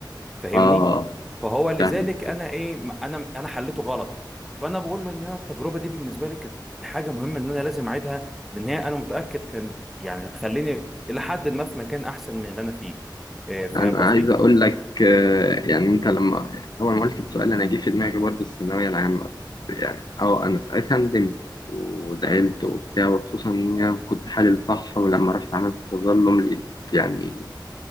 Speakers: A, in the centre; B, on the left.
A: فاهمني
B: اه
A: فهو لذلك
B: فاهم
A: انا ايه م- انا انا حليته غلط فانا بقول له ان انا التجربه دي بالنسبه لي كانت حاجه مهمه ان انا لازم اعيدها لان هي انا متاكد كانت يعني هتخليني الى حد ما في مكان احسن من اللي انا فيه إيه، فاهم
B: انا
A: قصدي
B: عايز اقول لك آه، يعني انت لما اول ما قلت السؤال انا جه في دماغي برضه الثانوية العامة يعني اه انا ساعتها ندمت وزعلت وبتاع وخصوصا ان انا كنت حالل صح ولما رحت عملت تظلم لقيت يعني